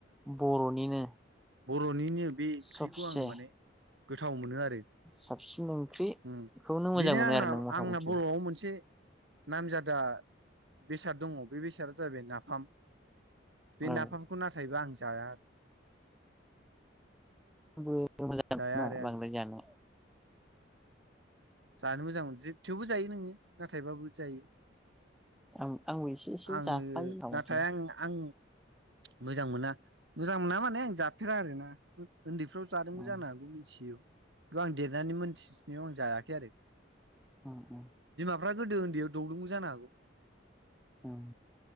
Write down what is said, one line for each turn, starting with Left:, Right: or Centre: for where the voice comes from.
Centre: बर'निनो
Right: बर'निनो बे ओंख्रिखौ
Centre: सबसे
Right: आं माने गोथाव मोनो आरो।
Centre: साबसिन ओंख्रिखौनो
Right: उम
Centre: मोजां
Right: बिनो
Centre: मोनो
Right: आंना
Centre: आरो नों मथा
Right: आंना
Centre: मथि
Right: बर'आव मोनसे नामजादा बेसाद दङ बे बेसादा जाबाय नाफाम। बे
Centre: औ आंबो
Right: नाफामखौ नाथायबा आं जाया आरो।
Centre: बेबो मोजां
Right: जाया
Centre: नङा
Right: आरो आं
Centre: बांद्राय जानाया।
Right: जानो मोजां मोनोजे थेवबो जायो नोङो नाथायबाबो जायो।
Centre: आं आंबो एसे एसे
Right: आङो
Centre: जाखायो मथा
Right: नाथाय
Centre: मथि
Right: आं आं। मोजां मोना मोजां मोना माने आं जाफेरा आरो ना। उन्दैफ्राव जादोंबो
Centre: उम
Right: जानो हागौ मिथियैआव किन्तु आं देरनानै मोनथि हायाखै आरो।
Centre: उम उम।
Right: बिमाफोरा गोदो उन्दैयाव दौदोंबो जानो हागौ।
Centre: उम।